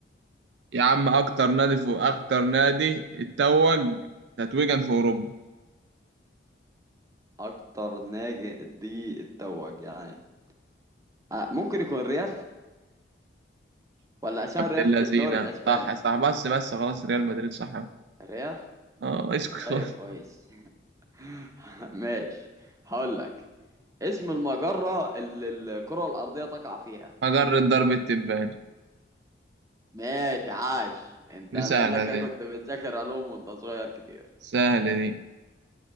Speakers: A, on the right (about 70°); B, on the right (about 15°).
A: يا عم أكتر نادي فوق أكتر نادي اتوج تتويجا في أوروبا
B: اكتر نادي دي اتوج يعني آه ممكن يكون ريال ولا عشان ريال
A: اللذينة
B: في الدوري الاسباني
A: صح صح بس بس خلاص ريال مدريد صح
B: ريال
A: اه اسكت خلاص
B: طيب كويس <laughs> ماشي هقول لك اسم المجرة اللي الكرة الأرضية تقع فيها
A: مجرة ضرب التبان
B: ماشي عاش انت
A: دي
B: منك
A: سهلة دي
B: كنت بتذاكر علوم وانت صغير كتير
A: سهلة دي